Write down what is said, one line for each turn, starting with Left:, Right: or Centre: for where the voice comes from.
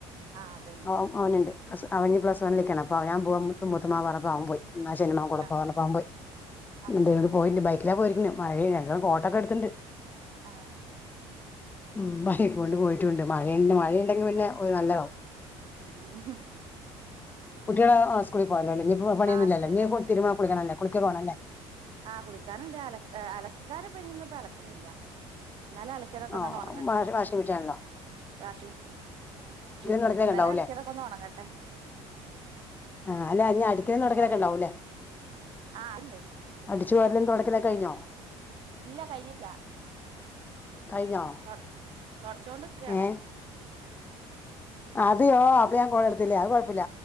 Right: ആ അതന്നെ
Left: ഔ ഔ അവ്നുണ്ട്. പ്ലസ് അവന് പ്ലസ്
Right: ഉം
Left: വണ്ണിലേക്കാണ്. അപ്പൊ അവനാ പോവുമ്പത്ത് മുത്തുമ്മാ പറപ്പ അവൻ പോയി. എന്നാ ശെരിന്നാവങ്കൂടെ
Right: ആ
Left: പോവാർന്നപ്പോ അവൻ പോയി.
Right: ആ
Left: ൻ്റേൽ ഒരു പോയിന്റ് ബൈ ക്കിലാ പോയിരിക്ണ് മഴേണ് രണ്ടാൾ കോട്ടൊക്കെടുത്തിണ്ട്.
Right: ആ
Left: മ് ബൈക്കോണ്ട് പോയിട്ടുണ്ട് മഴ മഴ ഇണ്ടെങ്കി പിന്നെ ഓല് നല്ലതാവും.
Right: ആ ആഹ്
Left: കുട്ട്യാൾ അ സ്കൂളിൽ പോയാലോല്ലേ, ഞ്ഞ് പോ പണിയൊന്നല്ലലേ,
Right: ആ സ്കൂള്
Left: ഞ്ഞ്തിരുമാ കുളിക്കണല്ലേ കുളിക്കൊക്കെ വാണം ല്ലേ?
Right: ആഹ് കുളിച്ചാന്ണ്ട്, അല അലക്കാനിപ്പോ നിയിന്ന്പ്പോ അലക്കണില്ല. ഇന്നലെ അലക്കിയതൊക്കെ
Left: ഓ
Right: ഒന്നട് ഒണങ്
Left: വാഷ് വാഷിമിഷാണല്ലോ.
Right: വാശി ഷുണ്ട്
Left: തുടക്കലൊക്കെ
Right: ഇന്നലെ
Left: ഉണ്ടാവൂല്ലേ
Right: അലക്കിയതൊക്കെ ഒന്നൊണങ്ങട്ടെ.
Left: ആ അല്ല ഇനി അടിക്കലും തൊടക്കലൊക്കെ
Right: അതെ
Left: ഉണ്ടാവുല്ലേ?
Right: ആ അണ്ട്.
Left: അടിച്ചു വാരലും തൊടക്കലെക്കെ കഴിഞ്ഞോ?
Right: ഇല്ല കഴിഞ്ഞിട്ല്ല.
Left: കഴിഞ്ഞോ
Right: തൊട് തൊട്ച്ചോണ്ട്ക്കാണ്.
Left: ഏഹ് അതെയോ അപ്പൊ ഞാൻ കോളെടുത്തില്ലേ അ കൊഴപ്പല്ല,